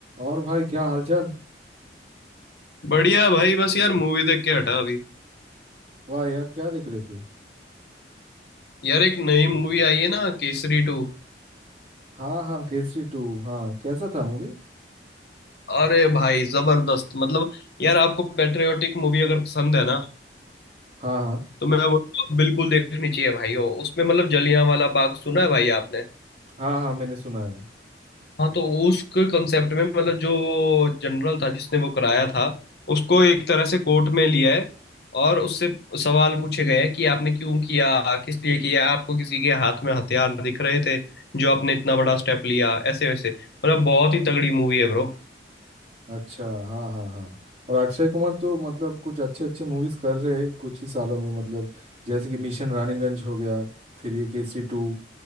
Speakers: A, on the right; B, on the left.
A: और भाई क्या हालचाल
B: बढ़िया भाई बस यार मूवी देख के हटा अभी
A: वाह यार क्या देख रहे थे
B: यार एक नई मूवी आई है ना केसरी टू
A: हाँ हाँ केसरी टू हाँ कैसा था मूवी
B: अरे भाई जबरदस्त मतलब यार आपको पेट्रियोटिक मूवी अगर पसंद है ना
A: हाँ हाँ
B: तो मैं बोलूंगा बिल्कुल देखनी चाहिए भाई वो उसमें मतलब जलियांवाला बाग सुना है भाई आपने
A: हाँ हाँ मैंने सुना है
B: हाँ तो उसके कंसेप्ट में मतलब जो जनरल था जिसने वो कराया था उसको एक तरह से कोर्ट में लिया है और उससे सवाल पूछे गए हैं कि आपने क्यों किया किस लिए किया आपको किसी के हाथ में हथियार दिख रहे थे जो आपने इतना बड़ा स्टेप लिया ऐसे वैसे मतलब बहुत ही तगड़ी मूवी है ब्रो
A: अच्छा हाँ हाँ हाँ और अक्षय कुमार तो मतलब कुछ अच्छे अच्छे मूवीज कर रहे हैं कुछ ही सालों में मतलब जैसे कि मिशन रानीगंज हो गया फिर ये केसरी टू